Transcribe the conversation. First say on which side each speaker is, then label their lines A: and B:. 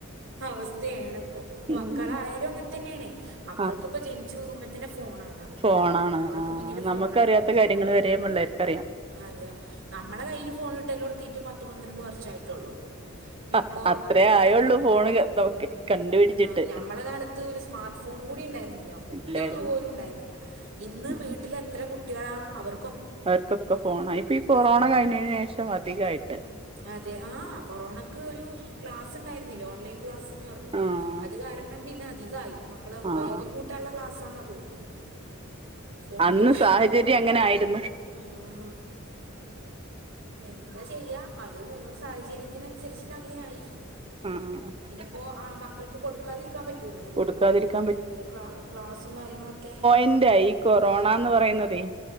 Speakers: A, on the right (about 60°); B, on the right (about 25°).
A: അവസ്ഥയാണ് ഇപ്പൊ
B: ഉം
A: മക്കളായാലും അങ്ങൻതന്നെയാണേ മക്കൾക്ക്
B: ആഹ്
A: ഇപ്പ ജനിച്ചു പോകുമ്പ <unintelligible> ഫോണാണ് അവർക്ക്
B: ഫോണാണ്
A: അവർക്ക്
B: ആഹ്
A: മുന്നിൽ ഫോണാണ്
B: നമുക്കറിയാത്ത കാര്യങ്ങൾ വരെ പിള്ളേർക്ക് അറിയാം
A: അറിയ നമ്മളെ കയ്യിൽ ഫോണ് കിട്ടലൊടുത്തിട്ട് പത്ത് പന്ത്രണ്ട് വർഷമായിട്ടുള്ളൂ ഇപ്പോ
B: ആഹ് അത്രേ
A: കിട്ടുന്ന
B: ആയുള്ളൂ ഫോണ് നമുക്ക്
A: ഉം
B: കണ്ടുപിടിച്ചിട്ട്
A: ആ ഞമ്മളെ കാല ത്ത് സ്മാർട്ട് ഫോൺ കൂടിണ്ടായിരുന്നില്ല ഒറ്റൊന്നും
B: ഇല്ലായിരുന്നു
A: പോലും ഉണ്ടായിരുന്നില്ല ഇന്ന്
B: ഉം
A: വീട്ടിലെ എത്ര കുട്ടികളാ അവർ
B: അവർക്കൊക്കെ ഫോണായി ഇപ്പൊ ഈ കൊറോണ
A: ഫോണാണ്
B: കഴിഞ്ഞന് ശേഷം അധികായിട്ട്
A: അതെ ആ കൊറോണക്ക് ഒരു ക്ലാസ് ഉണ്ടരുന്നില്ലേ ഓൺലൈൻ ക്ലാസ്ന്ന് പറഞ്ഞിട്ട്
B: ആഹ്
A: അത് കാരണം പിന്നെ അധികായി മക്കളെ ഉപയോഗം
B: ആഹ്
A: കൂട്ടാനുള്ള ക്ലാസ്സാന്നാ തോന്നുന്നത് ഫോണിന്റെ
B: അന്ന്
A: ഉപയോഗം
B: സാഹചര്യം അങ്ങനെ ആയിരുന്നു
A: ഉം ഉം എന്താ ചെയ്യാ അത് ഓരോ സാഹചര്യത്തിന് അനുസരിച്ചിട്ട് അങ്ങനെയായി
B: <unintelligible>
A: ഇപ്പോ മക്കൾക്ക് കൊടുക്കാതിരിക്കാൻ പറ്റൂല്ലല്ലേ
B: കൊടുക്കാതിരിക്കാൻ
A: നമുക്ക് അവരെ ക്ലാസ്സും കാര്യങ്ങളൊക്കെ
B: എന്തായി കൊറോണാന്ന് പറയുന്നത്